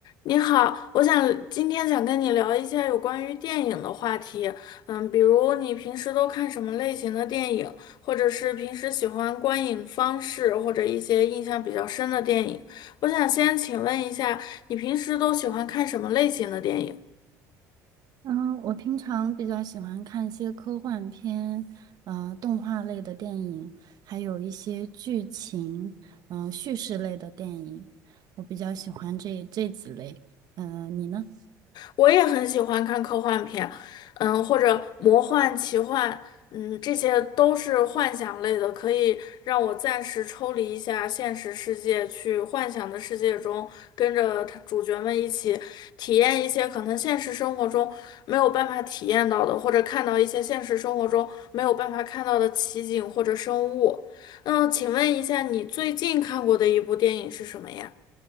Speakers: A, on the left; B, on the right.
A: 你好，我想今天想跟你聊一下有关于电影的话题。嗯，比如你平时都看什么类型的电影，或者是平时喜欢观影方式，或者一些印象比较深的电影。我想先请问一下，你平时都喜欢看什么类型的电影？
B: 嗯，我平常比较喜欢看一些科幻片，呃，动画类的电影，还有一些剧情，嗯、叙事类的电影，我比较喜欢这这几类。嗯、你呢？
A: 我也很喜欢看科幻片，嗯，或者魔幻、奇幻，嗯，这些都是幻想类的，可以让我暂时抽离一下现实世界，去幻想的世界中，跟着他主角们一起体验一些可能现实生活中没有办法体验到的，或者看到一些现实生活中没有办法看到的奇景或者生物。那请问一下，你最近看过的一部电影是什么呀？